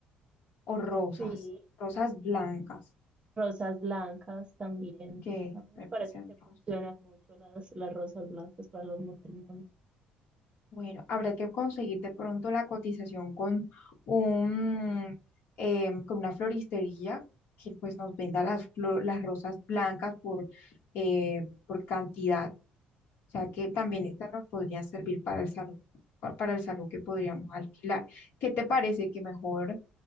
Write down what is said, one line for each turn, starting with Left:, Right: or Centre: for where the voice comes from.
Left: o rosas,
Right: sí,
Left: rosas blancas,
Right: rosas blancas también.
Left: que
Right: A mí
Left: me
Right: me parece
Left: parecen
Right: que funcionan
Left: rosas.
Right: mucho las, las rosas blancas para los matrimonios.
Left: Bueno, habrá que conseguir de pronto la cotización con un, em, con una floristería que pues nos venda las, flo- las rosas blancas por, eh, por cantidad. O sea que también esta nos podría servir para el salón, pa- para el salón que podríamos alquilar. ¿Qué te parece que mejor